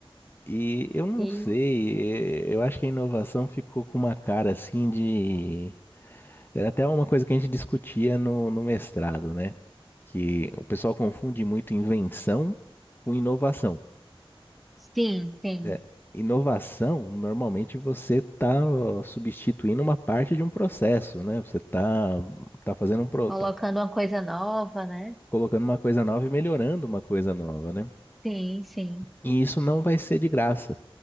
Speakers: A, on the left; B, in the centre.
A: E eu não
B: E,
A: sei, eh, eu acho que a inovação ficou com uma cara assim de. Era até uma coisa que a gente discutia no, no mestrado, né? Que o pessoal confunde muito invenção com inovação.
B: sim, sim.
A: É, inovação, normalmente você está substituindo uma parte de um processo, né? Você está tá tá fazendo um, pro-
B: Colocando
A: tá
B: uma coisa nova, né?
A: colocando uma coisa nova e melhorando uma coisa nova, né?
B: Sim, sim.
A: E isso não vai ser de graça.